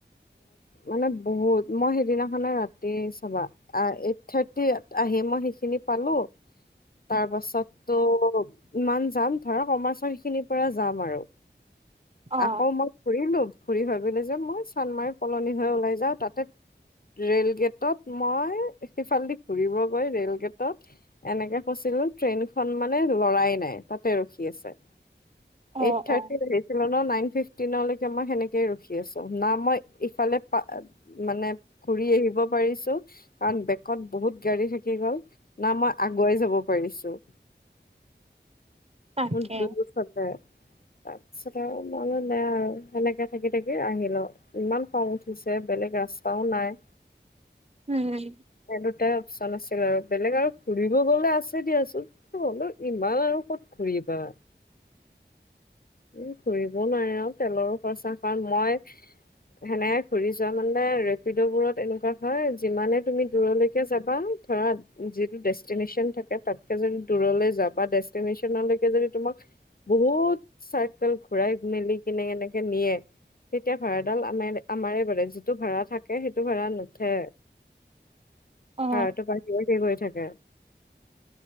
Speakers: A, on the left; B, on the right.
A: মানে বহুত মই সেইদিনাখনে ৰাতি। চাবা এইট থাৰ্টি আহে মই সেইখিনি পালোঁ। তাৰ পাছত তো ইমান যাম। ধৰক কমাৰ্চ খিনিৰ পৰা যাম আৰু
B: অ
A: আকৌ মই ঘূৰিলো ঘুৰি ভাবিলোঁ যে মই চানমাৰি কলনি হৈ ওলাই যাওঁ তাতে ৰেইল গেট ত মই সিফালেদি ঘুৰিব গৈ ৰেল গেটত এনেকে ফছিলো ট্ৰেইনখনন মানে লৰাই নাই তাতে ৰখি আছে।
B: অ
A: এইট থাৰটি
B: অ
A: নৰ নাইন ফিফটিনলৈকে মই সেনেকে ৰখি আছো না মই ইফালে মানে ঘুৰি আহিব পাৰিছো কাৰণ বেকত বহুত গাড়ী থাকি গল না মই আগুৱাই যাব পাৰিছো
B: <inaudible>
A: <unintelligible>
B: তাকে
A: তাৰপিছত আৰু মনো দে আৰু সেনেকে থাকি থাকি আহিলো। ইমান খং উঠিছে বেলেগ ৰাস্তাও নাই।
B: উম।
A: সেই দুটাই অপচন আছিল আৰু বেলেগ আৰু ঘুৰিব গলে আছে দিয়াচোন। হলো ইমান আৰু ক'ত ঘুৰিবা। উম ঘুৰিবও নোৱাৰে আৰু তেলৰো খৰচা কাৰ মই সেনেহে ঘূৰি যোৱা মানে ৰেপিড'বোৰত এনেকুৱা হয় যিমানে তুমি দূৰলৈকে যাবা ধৰা যিটো ডেষ্টিনেশ্যন থাকে তাতকে যদি দূৰলৈ যা বা ডেষ্টিনেশ্যনলৈকে যদি তোমাক বহুত চাই্কেল ঘূৰাই মেলি কেনে এনেকে নিয়ে তেতিয়া ভাড়াডাল আম আমাৰে <unintelligible> যিটো ভাড়া থাকে সেইটো ভাড়া নুঠে।
B: অ
A: ভাড়াটো বাঢ়ি বাঢ়ি গৈ থাকে।